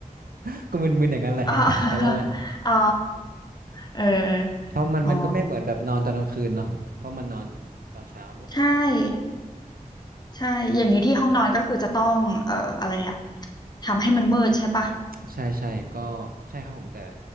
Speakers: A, on the right; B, on the left.
A: <laughs> ก็มึนๆอย่างนั้นเลยครับ
B: <laughs> อ๋อ <laughs>
A: <laughs> แต่แต่ละวัน
B: อ๋อเออเออ
A: เพราะมันมันก็ไม่เหมือนแบบนอนตอนกลางคืนเนาะเพราะมันนอน
B: อ๋อ
A: ตอนเช้ามันก็สว่างนิด
B: ใช่ใช่ อย่างนี้ที่ห้องนอนก็คือจะต้องเอ่ออะไรอะทำให้มันมืดใช่ปะ
A: ใช่ใช่ก็ใช่ครับผมแต่